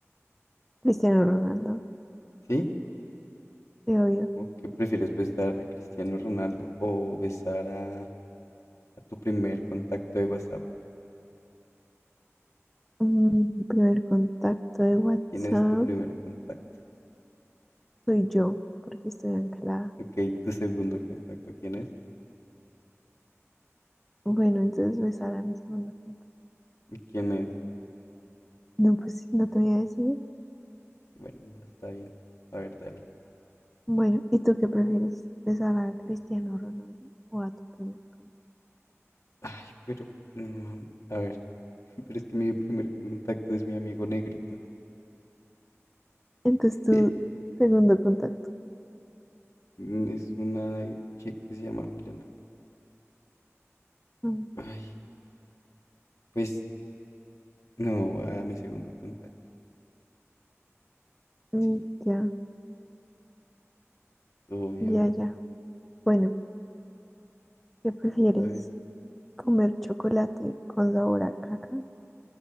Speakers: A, in the centre; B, on the left.
A: Cristiano Ronaldo,
B: ¿Sí?
A: te odio.
B: ¿O qué prefieres, besar a Cristiano Ronaldo o besar a, a tu primer contacto de WhatsApp?
A: Mm, mi primer contacto de WhatsApp
B: ¿Quién es tu primer contacto?
A: soy yo, porque estoy anclada.
B: Ok, tu segundo contacto, ¿quién es?
A: Bueno, entonces besar a mi segundo contacto.
B: ¿Y quién es?
A: No, pues no te voy a decir
B: Bueno, no está bien. A ver, dale.
A: Bueno, ¿y tú qué prefieres? ¿Besar a Cristiano Ronaldo o a tu primer contacto?
B: Ay, pero... mm, a ver, <laughs> pero es que mi primer contacto es mi amigo negrito.
A: Entonces, tu
B: <laughs>
A: segundo contacto.
B: Mm, Es una chica que se llama Juliana.
A: Mm,
B: Ay, Pues no, a mi segundo contacto,
A: mm,
B: sí,
A: ya,
B: obvio.
A: ya, ya. Bueno, ¿qué prefieres?
B: A ver.
A: ¿Comer chocolate con sabor a caca